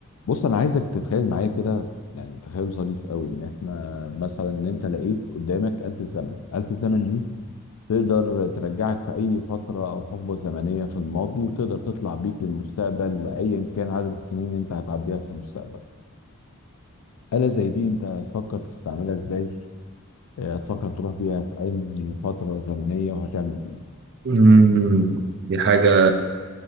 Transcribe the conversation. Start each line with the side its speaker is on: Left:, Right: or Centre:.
Left: بص انا عايزك تتخيل معايا كده يعني تخيل ظريف قوي ان احنا مثلا ان انت لقيت قدامك آلة الزمن آلة الزمن دي تقدر ترجعك في اي فترة او حقبة زمنية في الماضي وتقدر تطلع بيك للمستقبل ايا كان عدد السنين اللي انت هتعديها في المستقبل آلة زي دي انت هتفكر تستعملها ازاي آه، هتفكر تروح بيها في اي فترة زمنية وهتعمل ايه
Right: امم دي حاجة